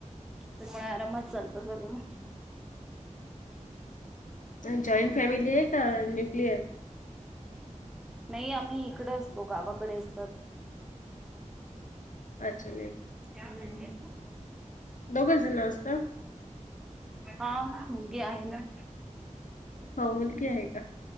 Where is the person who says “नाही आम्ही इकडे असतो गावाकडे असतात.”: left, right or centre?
Centre